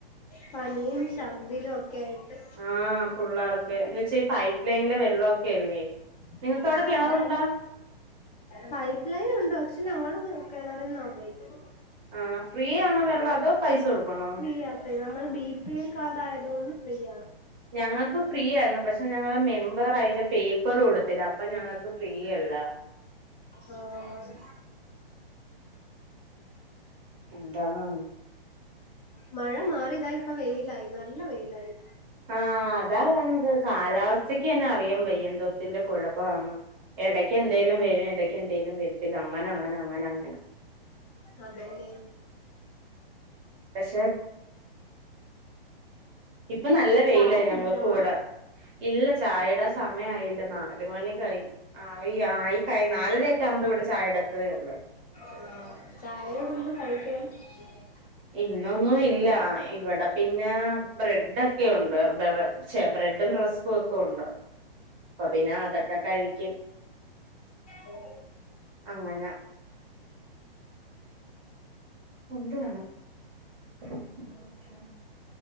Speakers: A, on the left (about 40°); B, on the right (about 20°).
A: പനിയും ശർദിലൊക്കായിട്ട്
B: ആഹ് പുള്ളാർക്ക് എന്ന്വച്ചാ പൈപ്പ് ലൈൻലെ വെള്ളൊക്കല്ലേ നിങ്ങക്ക്
A: ഉം
B: അവടെ കിണറുണ്ടോ
A: പൈപ്പ് ലൈൻ ഉണ്ട് പക്ഷെ ഞങ്ങള് കെണറീന്നാ ഉപയോഗിക്കുന്നെ
B: ആ ഫ്രീ ആണോ വെള്ളം അതോ പൈസ കൊടുക്കണോ
A: ഫ്രീയാ ഫ്രീ നമ്മള് ബി പി എൽ കാർഡായതോണ്ട് ഫ്രീയ
B: ഞങ്ങക്കും ഫ്രീയാന്നു പക്ഷെ ഞങ്ങളെ മെമ്പറയ്ന്റെ പേപ്പറൊട്ത്തില്ല അപ്പൊ ഞങ്ങക്ക് ഫ്രീയല്ല
A: ആഹ്
B: എന്താണ്
A: മഴ മാറി താ ഇപ്പ വെയിലായി നല്ല വെയിലായി
B: ആ അതാ പർഞത് കാലാവസ്ഥക്കെന്നെ അറിയാം പെയ്യന്തോത്തിന്റെ കുഴപ്പാന്ന് എടയ്ക്കെന്തേലും വെരും എടയ്ക്കെന്തേലും വെര്ത്തില്ല അങ്ങനങ്ങനങ്ങനങ്ങനെ
A: അതെന്നെ
B: പക്ഷെ ഇപ്പൊ നല്ല വെയില
A: ചായ കുടിച്ചോ
B: ഞങ്ങക്കവടെ ഇല്ല ചായേടെ സമയായില്ല നാല് മണി കഴ് ആ ഈ ആ കൈ നാലരൊക്കാകുമ്പോ ഇവടെ ചായടത്തതേ ഒള്ളൂ
A: ആ ചായ <unintelligible>
B: ഇന്നൊന്നും ഇല്ല ഇവടെ പിന്നെ ബ്രടൊക്കെ ഒണ്ട് ബെ ബെ ചെ ബ്രെഡും റെസ്കൊക്കെ ഒണ്ട് അപ്പൊ പിന്നാ അതൊക്കെ കഴിക്കും
A: ഓ
B: അങ്ങനെ ഉണ്ട് <unintelligible>